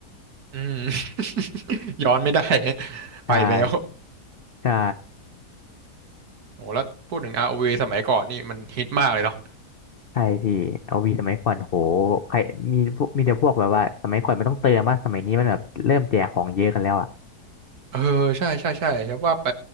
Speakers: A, on the right; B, on the left.
A: อืม <laughs> ย้อนไม่ได้ <laughs>
B: ใช่
A: ไปแล้ว
B: ใช่
A: โหแล้วพูดถึง ROV สมัยก่อนนี่มันฮิตมากเลยเนาะ
B: ใช่พี่เอาวีสมัยก่อนโหใครมีพวกมีแต่พวกแบบว่าสมัยก่อนมันต้องเติมว่าสมัยนี้มันแบบเริ่มแจกของเยอะกันแล้วอ่ะ
A: เออใช่ใช่ใช่ครับว่าไป